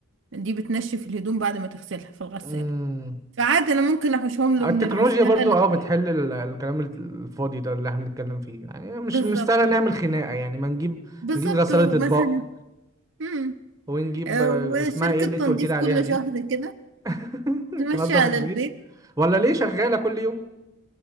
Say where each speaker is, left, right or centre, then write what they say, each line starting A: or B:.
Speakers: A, on the right; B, on the right.
A: دي بتنشف الهدوم بعد ما تغسلها في الغسالة
B: امم
A: فعادي انا ممكن احوشهم له
B: التكنولوجيا
A: من الغسالة
B: برضو
A: للدراير
B: اه بتحل ال- الكلام الفاضي ده اللي احنا بنتكلم فيه يعني مش
A: بالظبط
B: مش سهل نعمل
A: يعني
B: خناقه يعني ما نجيب
A: بالظبط
B: نجيب غساله
A: ومثلا
B: اطباق
A: امم
B: ونجيب
A: آه،
B: آه،
A: وشركة
B: اسمها ايه اللي انت
A: تنظيف
B: قلت لي عليها
A: كل
B: دي
A: شهر كده
B: <laughs>
A: تمشي
B: تنظف
A: على
B: البيت
A: البيت
B: ولا ليه شغالة كل يوم